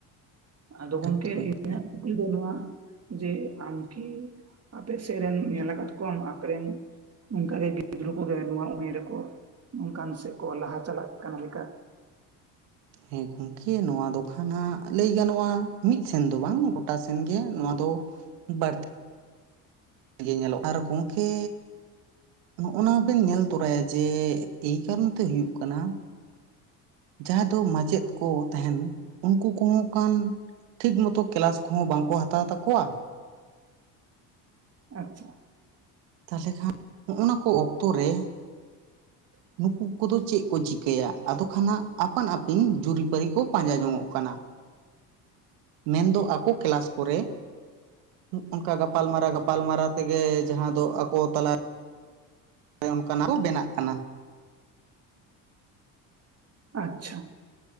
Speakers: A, on the right (about 35°); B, on the right (about 80°).
A: ᱟᱫᱚ ᱜᱚᱝᱠᱮ
B: ᱮᱠᱫᱚᱢ ᱮᱠᱫᱚᱢ᱾
A: ᱤᱧᱟᱹᱜ ᱠᱩᱠᱞᱤ ᱫᱚ ᱱᱚᱣᱟ ᱡᱮ ᱟᱢ ᱠᱤ ᱟᱯᱮ ᱥᱮᱫ ᱨᱮᱱ ᱧᱮᱞ ᱟᱠᱟᱛ ᱠᱚᱣᱟᱢ ᱟᱯᱮᱨᱮᱱ ᱱᱚᱝᱠᱟᱜᱮ ᱜᱤᱫᱽᱨᱟᱹ ᱠᱚᱜᱮ ᱱᱚᱣᱟ ᱩᱢᱮᱨ ᱨᱮᱠᱚ ᱱᱚᱝᱠᱟᱱ ᱥᱮᱫ ᱠᱚ ᱞᱟᱦᱟ ᱪᱟᱞᱟᱜ ᱠᱟᱱᱟ ᱞᱮᱠᱟ?
B: ᱦᱮᱸ ᱜᱚᱝᱠᱮ ᱱᱚᱣᱟ ᱫᱚ ᱠᱷᱟᱱ ᱦᱟᱸᱜ ᱞᱟᱹᱭ ᱜᱟᱱᱚᱜ-ᱟ ᱢᱤᱫ ᱥᱮᱱ ᱫᱚ ᱵᱟᱝ ᱜᱚᱴᱟ ᱥᱮᱱ ᱜᱮ ᱱᱚᱣᱟ ᱫᱚ <unintelligible> ᱜᱮ ᱧᱮᱞᱚᱜ ᱟᱨ ᱜᱚᱝᱠᱮ ᱱᱚᱜᱼᱚᱱᱟ ᱵᱮᱱ ᱧᱮᱞ ᱛᱚᱨᱟᱭᱟ ᱡᱮ ᱮᱭ ᱠᱟᱨᱚᱱ ᱛᱮ ᱦᱩᱭᱩᱜ ᱠᱟᱱᱟ ᱡᱟᱦᱟᱸ ᱫᱚ ᱢᱟᱪᱮᱫ ᱠᱚ ᱛᱟᱦᱮᱱ ᱩᱱᱠᱩ ᱠᱚᱦᱚᱸ ᱠᱟᱱ ᱴᱷᱤᱠ ᱢᱚᱛᱚ ᱠᱮᱞᱟᱥ ᱠᱚᱦᱚᱸ ᱵᱟᱝᱠᱚ ᱦᱟᱛᱟᱣ ᱛᱟᱠᱚᱣᱟ᱾
A: ᱟᱪᱪᱷᱟ᱾
B: ᱛᱟᱦᱞᱮ ᱠᱷᱟᱱ ᱦᱚᱜᱼᱚᱱᱟ ᱠᱚ ᱚᱠᱛᱚ ᱨᱮ
A: <inaudible>
B: ᱱᱩᱠᱩ ᱠᱚᱫᱚ ᱪᱮᱜ ᱠᱚ ᱪᱤᱠᱟᱹᱭᱟ, ᱟᱫᱚ ᱠᱷᱟᱱ ᱦᱟᱸᱜ ᱟᱯᱟᱱ ᱟᱹᱯᱤᱱ ᱡᱩᱨᱤᱼᱯᱟᱹᱨᱤ ᱠᱚ ᱯᱟᱸᱡᱟ ᱡᱚᱝᱚᱜ ᱠᱟᱱᱟ᱾ ᱢᱮᱱᱫᱚ ᱟᱠᱚ ᱠᱮᱞᱟᱥ ᱠᱚᱨᱮ ᱚᱝᱠᱟ ᱜᱟᱯᱟᱞᱢᱟᱨᱟᱣ ᱼ ᱜᱟᱯᱟᱞᱢᱟᱨᱟᱣ ᱛᱮᱜᱮ ᱡᱟᱦᱟᱸ ᱫᱚ ᱟᱠᱚ ᱛᱟᱞᱟ ᱚᱱᱮ ᱚᱱᱠᱟᱱᱟᱜ ᱠᱚ ᱵᱮᱱᱟᱜ ᱠᱟᱱᱟ᱾
A: ᱟᱪᱪᱷᱟ,